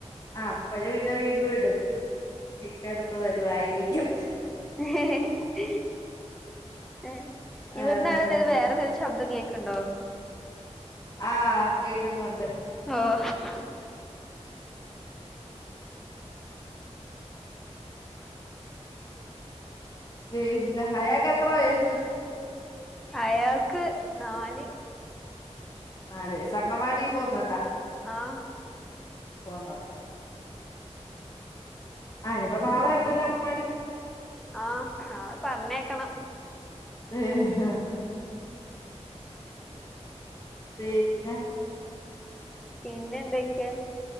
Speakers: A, on the left; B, in the centre.
A: ആ അപ്പഴും പിന്നെ വീണ്ടും എടുക്കും ഇക്ക എടുത്തു തരുവായിരിക്കും-
B: ഹ് ഹ് ഹ് ഏ ഇവിടന്നൊരു
A: ആഹ്
B: വേറൊരു ശബ്ദം കേൾക്- ക്ക്ണ്ടോ?
A: ആ കേക്കുന്നൊണ്ട്-
B: ഓ ഹാ
A: വര്ന്ന ഹയാക എത്ര വയസ്
B: അയാൾക്ക് നാല്
A: ആല്ലേ അംഗൻവാടി പോകുന്നുണ്ടാ?
B: ആഹ്
A: പോണ്ടോണ്ടോ ആ ഇനിയിപ്പ നാളെ ഉണ്ടല്ലോ അംഗൻവാടി
B: ആഹ് ഞ പറഞ്ഞയ്ക്കണം
A: ഏ പിന്നെ
B: പിന്നെ എന്തൊക്കെയാ